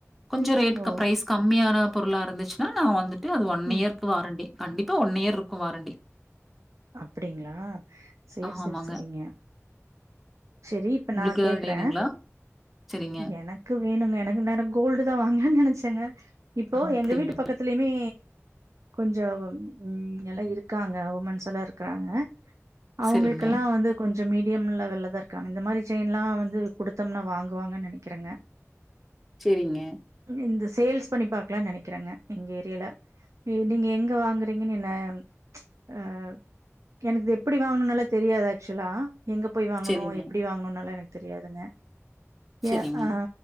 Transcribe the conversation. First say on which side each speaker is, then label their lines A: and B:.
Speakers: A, in the centre; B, on the right.
A: கொஞ்சோ ரேட்
B: ஓ
A: க பிரைஸ் கம்மியான பொருளா இருந்துச்னா நா வந்துட்டு அது ஒன்
B: ம்
A: இயர்கு வாரண்டி கண்டிப்பா ஒன் இயருக்கு வாரண்டி
B: அப்டிங்ளா செர்
A: ஆமாங்க.
B: செர் செரிங்க செரி இப்ப
A: உங்களுக்கு
B: நா
A: ஏதாவது
B: கேக்ற
A: வேணுங்களா? சரிங்க.
B: எனக்கு வேணுங்க எனக் என்னனா கோல்டு தா வாங்லான் நெனச்சங்கே இப்போ
A: அப்படிங்க.
B: எங்க வீட்டு பக்கத்திலயுமே கொஞ்சோ ம் எல்லா இருக்காங்க உமென்ஸ் எல்லா இருக்கறாங்க அவுங்களுக்கெல்லா
A: சரிங்க.
B: வந்து கொஞ்சோ மீடியம் லெவல்ல தா இருக்காங்க இந்த மாரி செயின்லா வந்து குடுத்தோம்னா வாங் குவாங்க நெனைக்கிறேங்க
A: சரிங்க,
B: இந்த சேல்ஸ் பண்ணி பாக்கலாம்னு நெனைக்கிறேங்க எங்க ஏரியில நீங்க எங்க வாங்குறீங்கன்னு என்ன அ எனக்கு இது எப்டி வாங்கணுனால தெரியாது ஆக்சுவலா எங்க போய் வாங்கணு
A: சரிங்க,
B: எப்டி வாங்கணுனால எனக்கு தெரியாதுங்க
A: சரிங்க,
B: ஏ ஆ